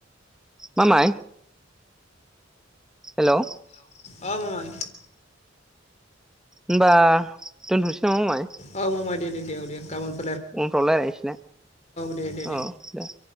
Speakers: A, in the centre; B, on the left (about 35°).
A: मामाइ हेल'
B: अ माय
A: ओमबा दोनथ'निस सआव माय
B: औ मामाय दे दे दे औ दे गाबोन
A: उनफ्राव रायलायनोसै ना
B: दे दे
A: औ दे।